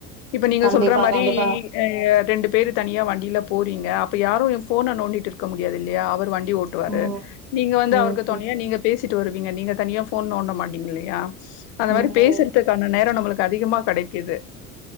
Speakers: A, on the left; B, on the right.
A: இப்ப நீங்க
B: கண்டிப்பா
A: சொல்ற மாரி
B: கண்டிப்பா
A: எ எ ரெண்டு பேரு தனியா வண்டில போறீங்க அப்ப யாரோ எ போன நோண்டிட் இருக்க முடியாது இல்லையா அவரு வண்டி ஓட் டுவாரு
B: ம்
A: நீங்க வந்து
B: ம்
A: அவருக்கு தொணையா நீங்க பேசிட்டு வருவீங்க நீங்க தனியா போன் நோண்ட மாட்டீங்கல்லியா அந்த
B: ம்
A: மாரி பேசுற்துக்கான நேரோ நம்ளுக் அதிகமா க டைக்குது